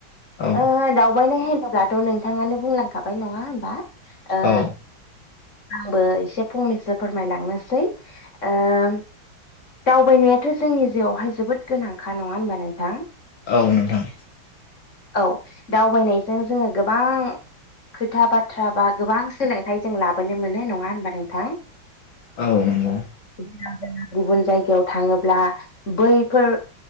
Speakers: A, on the left; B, on the left.
A: औ
B: ओ दावबायनाय होनोब्ला थ' नोंथाङनो बुंलांखाबाय नङा होनबा ओ
A: औ
B: आंबो एसे फंनैसो फोरमायलांनोसै ओम दावबायनायाथ' जोंनि जिउआवहाय जोबोद गोनांखा नङा होनबा नोंथां?
A: औ नोंथां।
B: औ दावबायनायजों जोङो गोबां खोथा बाथ्रा बा गोबां सोलोंथाइ जों लाबोनो मोनो नङा होनबा नोंथां?
A: औ नंगौ।
B: ज गुबुन जायगायाव थाङोब्ला बैफोर